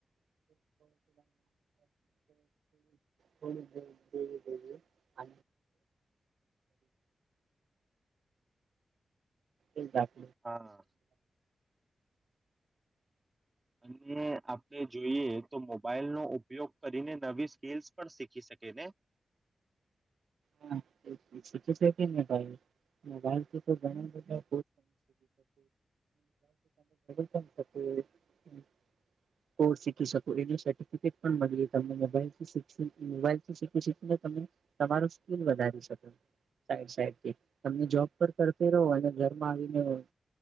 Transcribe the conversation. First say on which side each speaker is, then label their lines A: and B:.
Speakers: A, on the right; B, on the right.
A: દેવી દવી અ એખ
B: હા અને આપણે જોઈએ તો મોબાઈલ નો ઉપયોગ કરીને નવી સ્કીલ્સ પણ શીખી શકીએ ને
A: હાું છે કેને ભાઈ મોાઈલથી તોણા બધા તી શલથીમે હ કોર્સ શીખી શકું એની સર્ટિફિકેટ પણ મળી તમને મોલથી મોાઈલથી શીખ શ તમે તમાર સ્કીલ વધારી શ સાઇડ સાઇડ, <unintelligible> તમે જોબ પર કરતી રહો અને ઘરમાં આવીને,